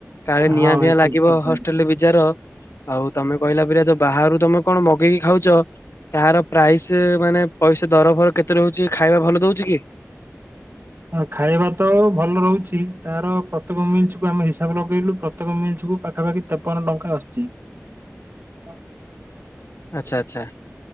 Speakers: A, on the left; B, on the right.
A: କାଳେ ନିଆଁ
B: ହଁ ଭାଇ
A: ଫିଆ ଲାଗିବ
B: ଠିକ୍ ଠିକ୍
A: ହଷ୍ଟେଲରେ
B: କହିଲେ।
A: ବିଜାର ଆଉ। ତମେ କହିଲା ପରେିଲରା ତ ବାହାରୁ ତମେ କଣ ମଗେଇକି ଖାଉଛ? ତାର ପ୍ରାଇସ୍ ମାନେ ପଇସା ଦର ଫର କେତେ ରହୁଛି ଖାଇବା ଭଲ ଦଉଛି କି?
B: ଆ ଖାଇବା ତ ଭଲ ରହୁଛି ତାର ପ୍ରତ୍ୟେକ ମିଲ୍ସକୁୁ ଆମେ ହିସାବ ଲଗେଇଲୁ ପ୍ରତ୍ୟେକ ମିଲ୍ସ ଏ ପାଖାପାଖି ତେପନ ଟଙ୍କା ଆସଛି।
A: <inaudible>
B: <inaudible>
A: ଆଚ୍ଛା ଆଚ୍ଛା।